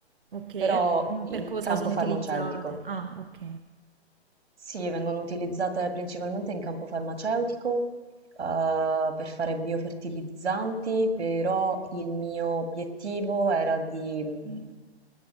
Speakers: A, on the right; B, on the right.
A: ok, e
B: però
A: mm,
B: in
A: per cosa
B: campo
A: sono
B: farmaceutico.
A: utilizzate? Ah, ok.
B: Sì, vengono utilizzate principalmente in campo farmaceutico, eh, per fare biofertilizzanti, però il mio obiettivo era di mh,